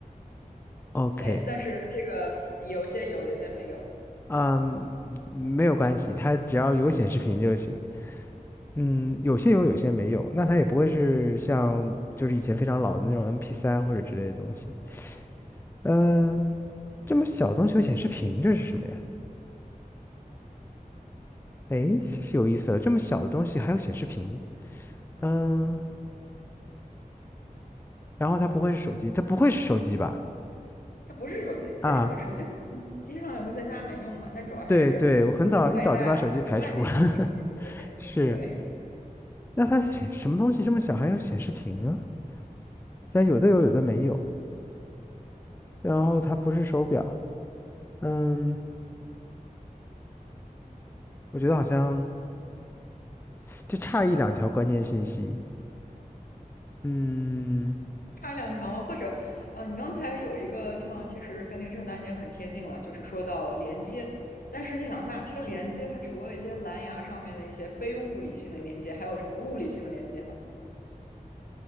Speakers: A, on the left; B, on the left.
A: OK，
B: 哎，但是这个有些有，有些没有。
A: 嗯，没有关系，它只要有显示屏就行。嗯，有些有，有些没有。那它也不会是像就是以前非常老的那种 MP3 或者之类的东西。嗯、这么小的东西有显示屏，这是什么呀？诶，是有意思了，这么小的东西还有显示屏。嗯、然后它不会是手机，它不会是手机吧？
B: 它不是手机，不是手机，
A: 啊，
B: 手机机上也会在家里面用嘛，但主要还是
A: 对对，我很早一早就把手机排除了。
B: 外带在外面用的场景多一点。
A: <laughs> 是，
B: 对，
A: 那它显什么东西这么小还有显示屏啊？但有的有，有的没有。然后它不是手表，嗯，我觉得好像就差一两条关键信息。嗯，
B: 差两条吗？或者，呃，你刚才有一个地方其实跟那个正大已经很贴近了，就是说到连接。但是你想一下，这个连接它除了一些蓝牙上面的一些非物理性的连接，还有什么物理性的连接呢？